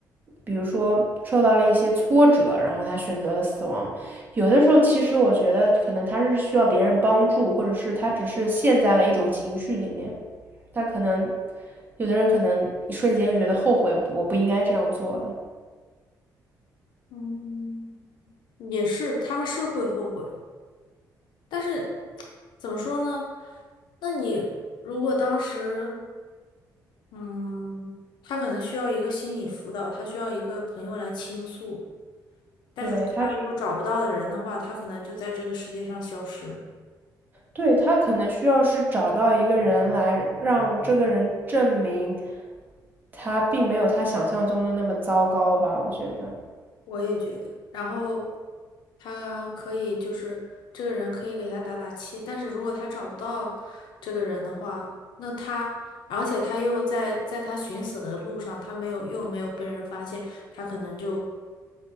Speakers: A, on the right; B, on the left.
A: 比如说受到了一些挫折，然后他选择了死亡。有的时候，其实我觉得可能他是需要别人帮助，或者是他只是陷在了一种情绪里面。他可能有的人可能一瞬间又觉得后悔，我不应该这样做的。
B: 嗯，也是，他们是会后悔，但是怎么说呢？那你如果当时，嗯，他可能需要一个心理辅导，他需要一个朋友来倾诉。但是他如果找不到的人的话，
A: 对，他
B: 他可能就在这个世界上消失了。
A: 对，他可能需要是找到一个人来让这个人证明他并没有他想象中的那么糟糕吧，我觉得。
B: 我也觉得，然后他可以就是这个人可以给他打打气，但是如果他找不到这个人的话，那他而且他又在在他寻死的路上，他没有又没有被人发现，他可能就